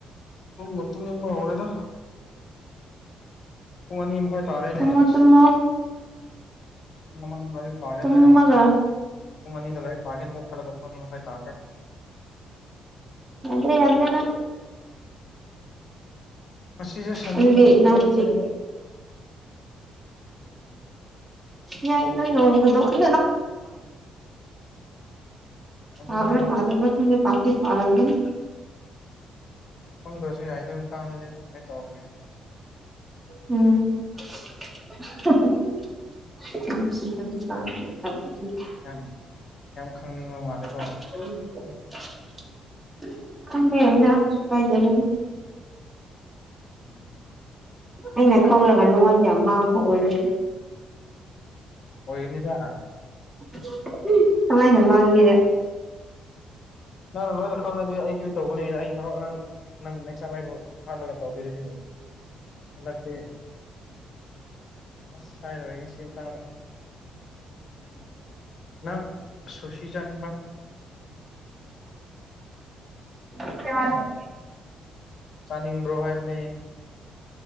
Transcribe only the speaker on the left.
ꯇꯨꯝꯕꯨ ꯇꯨꯝꯅꯤꯡꯕ ꯍꯧꯔꯦꯗ ꯄꯨꯡ ꯑꯅꯤ ꯃꯈꯥꯏ ꯇꯥꯔꯦꯅꯦ
ꯑꯁ
ꯄꯨꯡ ꯑꯃ ꯃꯔꯤ ꯄꯥꯒꯦꯅ
ꯄꯨꯡ ꯑꯅꯤꯗ ꯂꯥꯏꯔꯤꯛ ꯄꯥꯒꯦꯅ ꯈꯜꯂꯒ ꯄꯨꯡ ꯑꯅꯤ ꯃꯈꯥꯏ ꯇꯥꯈ꯭ꯔꯦ
ꯉꯁꯤꯖꯦ ꯁꯟꯗꯦꯅꯤꯅ
ꯄꯣꯊꯥꯅꯤꯡꯕꯅꯦꯕ
<inaudible>
ꯑꯗꯨꯅꯦ
ꯈꯪꯗ꯭ꯔꯁꯨ ꯌꯥꯏ ꯑꯗꯨꯏ ꯃꯇꯥꯡꯗꯗꯤ ꯑꯗꯨꯝ ꯑꯩ ꯇꯧꯔꯒꯦ
ꯌꯥꯝ ꯌꯥꯝ ꯈꯪꯅꯤꯡꯕ ꯃꯥꯜꯂꯦ
ꯎꯝ ꯎꯝ
ꯑꯣꯏꯒꯅꯤꯗ
ꯅꯪꯅ ꯂꯣꯏꯅ ꯈꯪꯡꯂꯗꯤ ꯑꯩ ꯀꯔꯤ ꯇꯧꯒꯅꯤ ꯑꯩ ꯊꯕꯛ ꯑ ꯔꯪ ꯅꯪ ꯅꯦꯀꯁ ꯇꯥꯏꯃ ꯑꯩꯕꯨ ꯍꯥꯠꯂꯒ ꯇꯧꯕꯤꯔꯗꯤ ꯍꯟꯗꯛꯇꯤ ꯑꯁ ꯍꯥꯏꯔꯔꯣꯏꯒꯦ ꯁꯤ ꯃꯇꯥꯡꯗ ꯅꯪ ꯁꯨꯁꯤ ꯆꯥꯅꯤꯡꯕ꯭ꯔꯥ
ꯆꯥꯅꯤꯡꯕ꯭ꯔꯣ ꯍꯥꯏꯕꯅꯦ